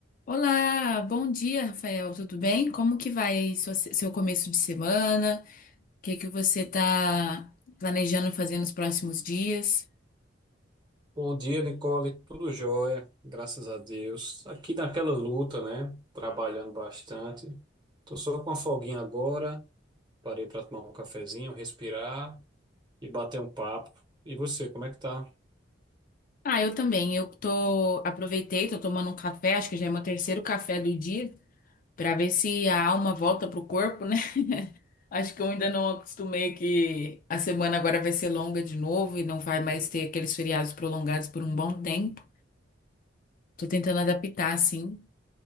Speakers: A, on the left; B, on the right.
A: Olá, bom dia, Rafael. Tudo bem? Como que vai sua- seu começo de semana? O que que você está planejando fazer nos próximos dias?
B: Bom dia, Nicole. Tudo jóia, graças a Deus. Aqui naquela luta, né? Trabalhando bastante. Tô só com a folguinha agora. Parei para tomar um cafezinho, respirar e bater um papo. E você, como é que tá?
A: Ah, eu também. Eu tô aproveitei, tô tomando um café, acho que já é meu terceiro café do dia, para ver se a alma volta pro corpo, né? <laughs> Acho que eu ainda não acostumei que a semana agora vai ser longa de novo e não vai mais ter aqueles feriados prolongados por um bom tempo. Tô tentando adaptar, assim.